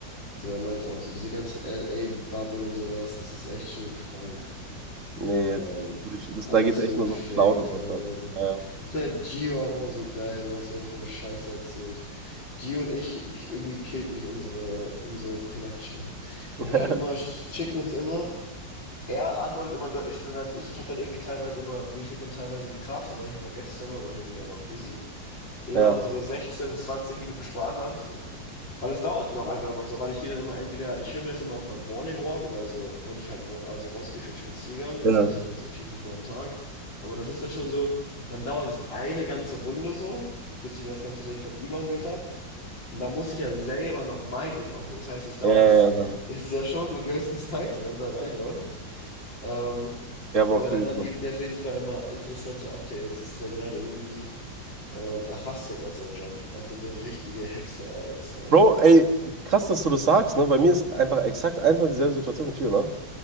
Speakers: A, on the left; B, on the right.
A: so, er meinte auch so, diese ganze LA-Bubble und sowas, das ist echt schon krank.
B: nee,
A: Ähm,
B: das, das,
A: alles
B: da geht es
A: so
B: echt nur
A: fake
B: so um Cloud und
A: teilweise.
B: so. Klar. Ja.
A: Ist halt Gio auch immer so geil, und was er mir für eine Scheiße erzählt. Die und ich, k- irgendwie killt mich unsere, unsere Connection. <laughs>
B: <laughs>
A: Wir haben immer, sch- schicken uns immer, er antwortet immer deutlich schneller als ich. Ich habe dann irgendwie teilweise immer, mir fehlt dann teilweise die Kraft und manchmal vergesse ich es immer, manchmal bin ich auch mal busy. Immer
B: Ja.
A: unsere 16, 20 Minuten Sprachnachrichten. Weil es dauert dann auch einfach immer so, weil ich gehe dann immer entweder, ich höre mir das immer auf meinem Morning Walk oder so, wenn ich halt wa- also rausgehe für einen Spaziergang.
B: Ja.
A: Das passiert halt so vier, fünf Mal am Tag. Aber das ist dann schon so, dann dauert es eine ganze Runde so, bis ich mir das ganze Ding von ihm angehört habe. Und da muss ich ja selber noch mein Ding aufnehmen. Das heißt, es dauert,
B: Ja, ja,
A: es,
B: ja. Ja,
A: es ist ja schon eine gewisse <laughs> Zeit, die dann da reinläuft. Ähm,
B: Ja, Bro,
A: aber
B: fühle
A: der Mann
B: ich. immer.
A: gibt mir auf jeden Fall immer interessante Updates. Es ist ja gerade irgendwie, ähm, er hasst ja gerade seinen Job. Er hat eine richtige Hexe als, ähm,
B: Bro, ey, krass, dass du das sagst, ne? Bei mir ist einfach exakt eins und dieselbe Situation mit Gio, ne?